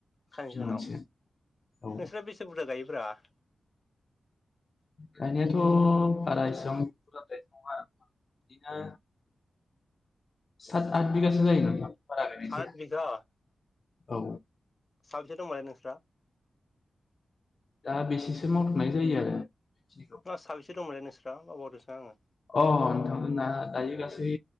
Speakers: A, on the left; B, on the left.
A: साननैसो
B: फुफिननो
A: उनाव
B: मोनसिगोन औ
A: नोंसोरा बेसे बुरजा गायो? <inaudible>
B: गायनायाथ' बारा इसेबां बुरजाद्राय नङा आरो बिदिनो सा आठ बिघाासो जायो नोंथां। बारा गायनाय
A: सात
B: जाया
A: बिगा।
B: औ।
A: साबैसे दंमोनलाय नोंस्रा?
B: दा बेसेसो मावथांनाय जायो आरो। बेखिनिखौ
A: साबेसे दंमोनलाय नों बावगारदोंसो आङो।
B: अ नोंथांमोन दायो गासै